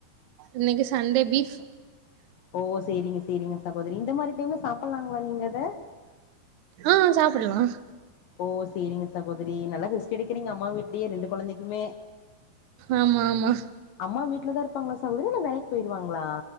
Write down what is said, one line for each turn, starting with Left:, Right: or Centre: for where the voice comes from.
Right: இன்னைக்கு சண்டே பீஃப்
Left: ஓ சேரிங்க சேரிங்க சகோதரி இந்த மாரி டைம்ல சாப்பிட்லாங்களா நீங்க அத
Right: ஆ சாப்பிட்லா
Left: ஓ சேரிங்க சகோதரி நல்லா ரெஸ்ட் எடுக்குறீங்க அம்மா வீட்லயே ரெண்டு கொழந்தைக்குமே
Right: ஆமா ஆமா
Left: அம்மா வீட்ல தா இருப்பாங்களா சகோதரி இல்ல வேலைக்கு போயிருவாங்ளா